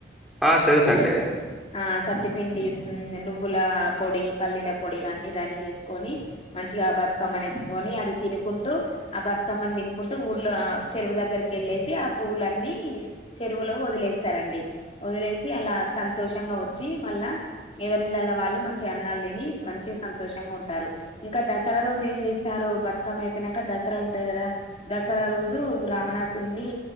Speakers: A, in the centre; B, on the left.
A: ఆ తెలుసు అండి
B: ఆ సత్తిపిండి నువ్వుల పొడి పల్లీల పొడి ఇవన్నీ రెడీ చేసుకొని మంచిగా బతుకమ్మని ఎత్తుకొని అది తినుకుంటూ ఆ బతుకమ్మని తినుకుంటూ ఊర్లో ఆ చెరువు దగ్గరికి కెళ్ళేసి ఆ పూలన్నీ చెరువులో వదిలేస్తారండి వదిలేసి అలా సంతోషంగా వచ్చి మళ్ళా ఎవరి ఇండ్లల్లో వాళ్ళు మంచిగా అన్నాలు తిని మంచిగా సంతోషంగా ఉంటారు ఇంకా దసరా రోజు ఏం చేసినారు బతుకమ్మ అయిపోయినాంక దసరా ఉంటాది కదా దసరా రోజు రావణాసురున్ని